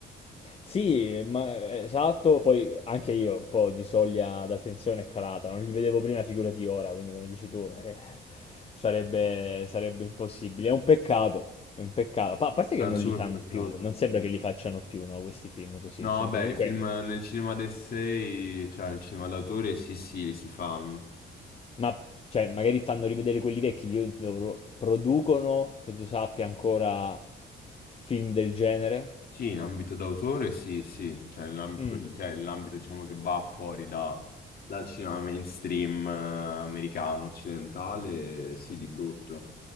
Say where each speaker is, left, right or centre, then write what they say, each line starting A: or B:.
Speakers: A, on the left; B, on the left.
A: Sì, ma eh, esatto, poi anche io un po' di soglia d'attenzione è calata, non li vedevo prima, figurati ora, quindi come dici tu, eh, sarebbe, sarebbe impossibile. È un peccato, è un peccato. Pa- a parte
B: È
A: che
B: un
A: non
B: super
A: li fanno
B: peccato.
A: più, non sembra che li facciano più, no, questi film così.
B: No,
A: Sono
B: vabbè,
A: comunque,
B: i film nel cinema d'essai, cioè nel cinema d'autore, sì, sì, li si fanno.
A: ma cioè, magari fanno rivedere quelli vecchi, io intendo pro- producono, che tu sappia, ancora film del genere.
B: Sì, in ambito d'autore, sì, sì. Cioè, nell'am-
A: Mm.
B: quel- cioè, nell'ambito, diciamo, che va fuori da- dal cinema mainstream eh, americano, occidentale, sì, di brutto,